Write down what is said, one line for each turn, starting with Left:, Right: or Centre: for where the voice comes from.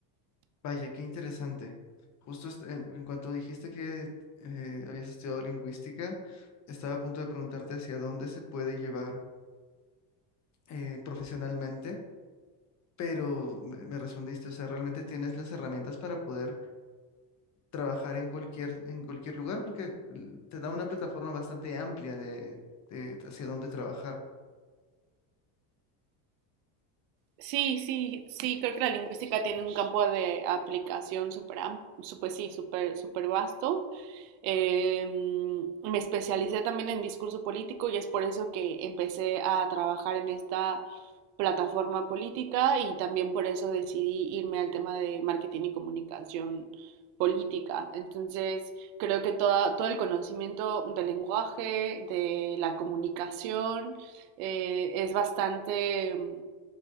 Left: Vaya, qué interesante. Justo est- en en cuanto dijiste que eh, habías estudiado lingüística, estaba a punto de preguntarte hacia dónde se puede llevar eh, profesionalmente, pero me, me respondiste, o sea, realmente tienes las herramientas para poder trabajar en cualquier, en cualquier lugar, porque l- te da una plataforma bastante amplia de, de hacia dónde trabajar.
Right: Sí, sí, sí, creo que la lingüística tiene un campo de aplicación súper, am- su- pues sí, súper, súper vasto. Eh, me especialicé también en discurso político y es por eso que empecé a trabajar en esta plataforma política y también por eso decidí irme al tema de marketing y comunicación política. Entonces, creo que toda, todo el conocimiento del lenguaje, de la comunicación, eh, es bastante mm,